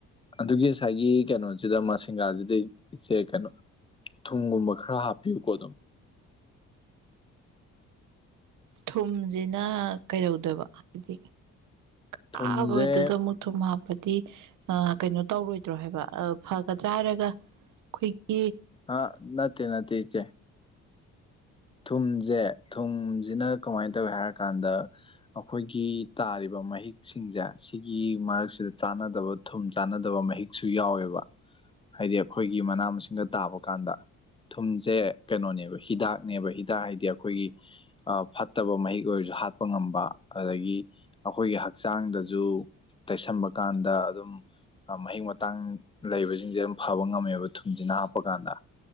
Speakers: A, on the left (about 20°); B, on the right (about 80°).
A: ꯑꯗꯨꯒꯤ ꯑꯁꯥꯏꯒꯤ ꯀꯩꯅꯣꯁꯤꯗ ꯃꯁꯤꯡꯒꯥꯁꯤꯗꯩ ꯏꯆꯦ ꯀꯩꯅꯣ ꯊꯨꯝꯒꯨꯝꯕ ꯈꯔ ꯍꯥꯞꯄꯤꯌꯨꯀꯣ ꯑꯗꯨꯝ
B: ꯊꯨꯝꯁꯤꯅ ꯀꯩꯗꯧꯗꯣꯏꯕ ꯍꯥꯏꯗꯤ
A: ꯊꯨꯝꯁꯦ
B: ꯀꯥꯕꯗꯨꯗ ꯑꯃꯨꯛ ꯊꯨꯝ ꯍꯥꯞꯄꯗꯤ ꯑ ꯀꯩꯅꯣ ꯇꯧꯔꯣꯏꯗ꯭ꯔꯣ ꯍꯥꯏꯕ ꯑ ꯐꯒꯗꯔꯥ ꯍꯥꯏꯔꯒ ꯈꯣꯏꯒꯤ
A: ꯑ ꯅꯇꯦ ꯅꯇꯦ ꯏꯆꯦ ꯊꯨꯝꯖꯦ ꯊꯨꯝꯖꯤꯅ ꯀꯃꯥꯏꯅ ꯇꯧꯏ ꯍꯥꯏꯔꯀꯥꯟꯗ ꯑꯩꯈꯣꯏꯒꯤ ꯇꯥꯔꯤꯕ ꯃꯍꯤꯛꯁꯤꯡꯁꯦ ꯁꯤꯒꯤ ꯃꯔꯛꯁꯤꯗ ꯆꯥꯟꯅꯗꯕ ꯊꯨꯝ ꯆꯥꯟꯅꯗꯕ ꯃꯍꯤꯛꯁꯨ ꯌꯥꯎꯋꯦꯕ ꯍꯥꯏꯗꯤ ꯑꯩꯈꯣꯏꯒꯤ ꯃꯅꯥ ꯃꯁꯤꯡꯗ ꯇꯥꯕ ꯀꯥꯟꯗ ꯊꯨꯝꯖꯦ ꯀꯩꯅꯣꯅꯦꯕ ꯍꯤꯗꯥꯛ ꯅꯦꯕ ꯍꯤꯗꯥꯛ ꯍꯥꯏꯗꯤ ꯑꯩꯈꯣꯏꯒꯤ ꯑ ꯐꯠꯇꯕ ꯃꯍꯤꯛ ꯑꯣꯏꯔꯁꯨ ꯍꯥꯠꯄ ꯉꯝꯕ ꯑꯗꯒꯤ ꯑꯈꯣꯏꯒꯤ ꯍꯛꯆꯥꯡꯗꯁꯨ ꯇꯩꯁꯟꯕ ꯀꯥꯟꯗ ꯑꯗꯨꯝ ꯑ ꯃꯍꯤꯛ ꯃꯇꯥꯡ ꯂꯩꯕꯁꯤꯡꯁꯦ ꯑꯗꯨꯝ ꯐꯕ ꯉꯝꯃꯦꯕ ꯊꯨꯝꯁꯤꯅ ꯍꯥꯞꯄꯀꯥꯟꯗ